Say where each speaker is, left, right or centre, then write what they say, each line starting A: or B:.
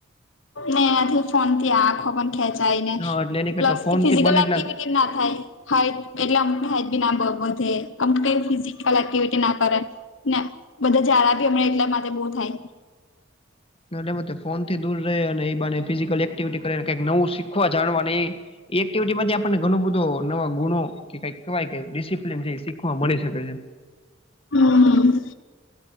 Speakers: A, on the left; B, on the left.
A: ને આથી ફોનથી આંખો પણ ખેંચાય ને
B: હા એટલે એની કરતા
A: પ્લસ
B: ફોન
A: કે ફિઝિકલ
B: થી બને
A: એક્ટિવિ
B: એટલા
A: ના થાય. હાઈટ એટલે અમુક હ બી ના બ અમ ફિ એક્ટિવિટી ના કરે. ના બધા જાડા બી હમણાં એટલા માટે બો થાય.
B: એટ ફોનથી દૂર રહે અને એને ફિઝિકલ એક્ટિવિટી કરે કઈક નવું શીખવા જાણવા એ. એ એક્ટિવિટી માંથી આપણને ઘણો બધો નવા ગુણો કે કવાય ડિસિપ્લન છે એ શીખવા મળી શકે છે.
A: હમ.